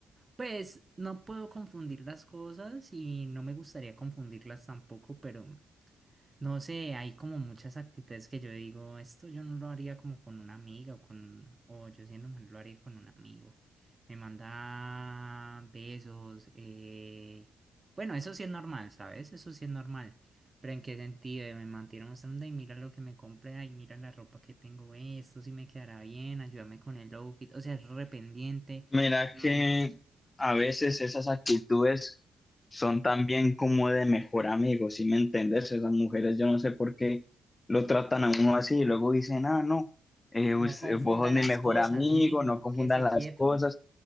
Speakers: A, on the right (about 30°); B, on the left (about 30°).
A: Pues no puedo confundir las cosas y no me gustaría confundirlas tampoco, pero no sé, hay como muchas actitudes que yo digo, esto yo no lo haría como con una amiga o con, o yo siendo mujer lo haría con un amigo. Me manda besos, eh... bueno, eso sí es normal, ¿sabes? Eso sí es normal. Pero ¿en qué sentido? Eh, Me mantiene mostrando, y mira lo que me compré, ay, mira la ropa que tengo, eh, esto sí me quedará bien, ayúdame con el outfit, o sea, es rependiente.
B: Mira
A: No
B: que a veces esas actitudes son también como de mejor amigo, ¿sí me entiendes? Esas mujeres, yo no sé por qué lo tratan a uno así y luego dicen, ah, no, eh, us-
A: no confunda
B: eh, vos sos
A: las
B: mi mejor
A: cosas,
B: amigo,
A: mijo,
B: no confundan
A: quédese
B: las
A: quieto.
B: cosas.